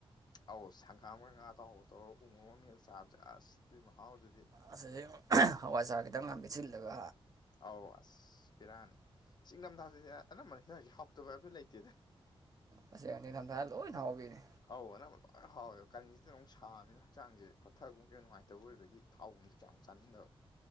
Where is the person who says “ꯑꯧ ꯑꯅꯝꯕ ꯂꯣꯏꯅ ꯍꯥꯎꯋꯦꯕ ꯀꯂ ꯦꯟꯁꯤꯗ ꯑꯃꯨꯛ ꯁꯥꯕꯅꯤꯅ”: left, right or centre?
Left